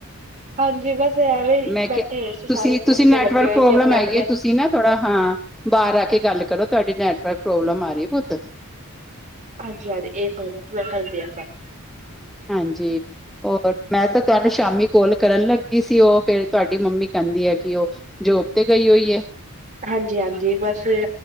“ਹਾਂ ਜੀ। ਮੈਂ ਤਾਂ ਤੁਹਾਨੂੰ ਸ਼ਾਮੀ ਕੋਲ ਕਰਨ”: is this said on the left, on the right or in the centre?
Centre